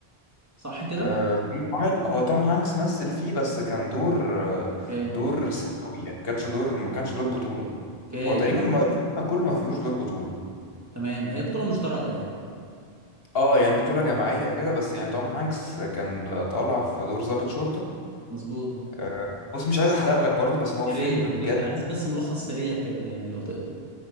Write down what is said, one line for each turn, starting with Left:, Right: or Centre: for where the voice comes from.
Right: صح كده
Left: آه، جرين مايل هو توم هانكس مثل فيه بس كان دور آه،
Right: اوكي
Left: دور ثانوي يعني ما كانش دور ما كانش دور بطولة
Right: اوكي
Left: هو تقريبا ما الفيلم كله ما فيهوش دور بطولة
Right: تمام هي بطوله مشتركه يعني
Left: اه يعني بطولة جماعية كده بس يعني توم هانكس
Right: أوكي،
Left: كان د- طالع في دور ضابط شرطة
Right: مظبوط
Left: آه، بص مش عايز احرق لك برضو بس هو
Right: يا
Left: فيلم
Right: ريت
Left: بجد
Right: يا ريت انا عايز بس ملخص سريع كده يعني لو تقدر